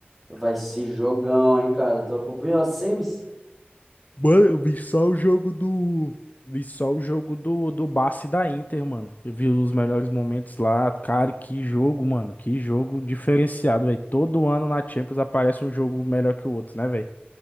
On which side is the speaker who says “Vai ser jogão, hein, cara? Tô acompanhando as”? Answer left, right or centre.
Centre